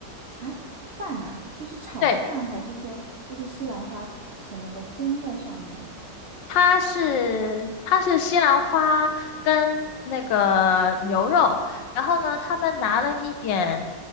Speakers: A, on the right; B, on the left.
A: 啊，饭呐，就是炒饭，
B: 对，
A: 还是说就是西兰花什么的蒸在上面啊？
B: 它是它是西兰花跟那个牛肉，然后呢，他们拿了一点，